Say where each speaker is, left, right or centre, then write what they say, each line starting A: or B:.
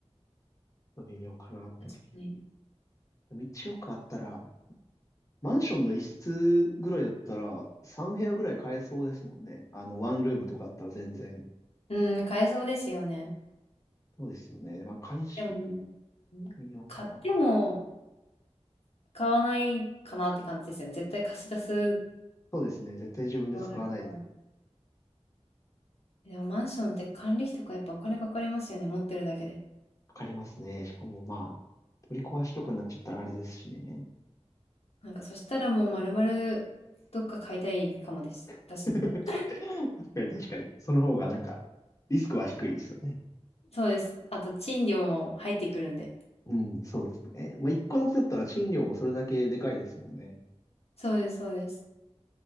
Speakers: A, on the left; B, on the left.
A: <laughs> ちょっと微妙かなって思ったり。
B: 確かに。
A: でも、1億あったら、マンションの一室ぐらいだったら、3部屋ぐらい買えそうですもんね。あの、ワンルームとかだったら全然。
B: うん、買えそうですよね。
A: そうですよね。まあ、回収、
B: でも、
A: 微妙かな。
B: 買っても買わないかなって感じですよね。絶対貸し出す
A: そうですね。絶対自分で使わないです。
B: のあるから。でもマンションって管理費とかやっぱお金かかりますよね。持ってるだけで。
A: かかりますね。しかも、まあ、取り壊しとかになっちゃったらあれですしね。
B: なんかそしたらもう丸々どっか買いたいかもです。私だったら。
A: <laughs> 確かに、確かに。その方が、なんか、リスクは低いですよね。
B: そうです。あと賃料も入ってくるんで。
A: うん、そうですね。まあ、一個ずつだったら賃料もそれだけでかいですもんね。
B: そうです、そうです。